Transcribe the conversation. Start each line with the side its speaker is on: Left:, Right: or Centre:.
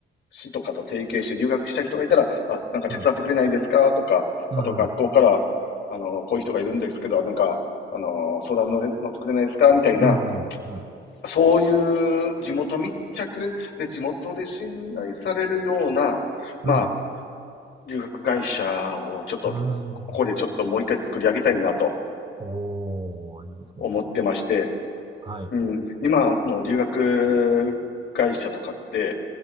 Left: 市とかと提携して留学したい人がいたら、あ、なんか手伝ってくれないですかとか、
Right: うん、うん、
Left: あと学校から、
Right: うん、
Left: あの、こういう人がいるんですけど、なんか、あの、相談乗れ乗ってくれないですかみたいな、
Right: うん、うん、うん、
Left: そういう地元密着で地元で信頼されるような、まあ、
Right: うん、
Left: 留学会社をちょっと、
Right: うん
Left: ここでちょっともう一回作り上げたいなと
Right: おお、いいですね。
Left: 思ってまして、
Right: はい。
Left: うん、今の留学会社とかって、